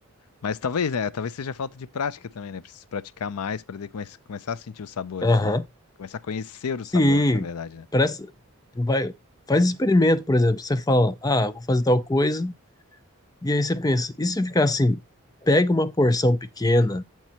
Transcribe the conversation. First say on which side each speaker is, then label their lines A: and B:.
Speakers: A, on the left; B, on the left.
A: Mas talvez, né? Talvez seja falta de prática também, né? Preciso praticar mais para daí come começar a sentir os sabores,
B: Aham.
A: né? Começar a conhecer os
B: Sim.
A: sabores, na verdade, né?
B: Presta... Vai... Faz experimento, por exemplo. Você fala, ah, vou fazer tal coisa, e aí você pensa, e se ficar assim? Pega uma porção pequena